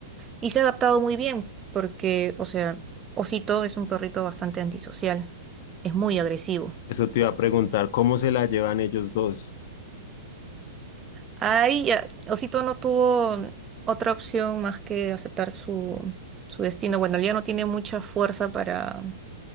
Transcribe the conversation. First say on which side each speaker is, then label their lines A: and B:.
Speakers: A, on the right; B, on the left.
A: Y se ha adaptado muy bien, porque, o sea, Osito es un perrito bastante antisocial, es muy agresivo.
B: Eso te iba a preguntar, ¿cómo se la llevan ellos dos?
A: Ahí ya, Osito no tuvo otra opción más que aceptar su, su destino. Bueno, ya no tiene mucha fuerza para,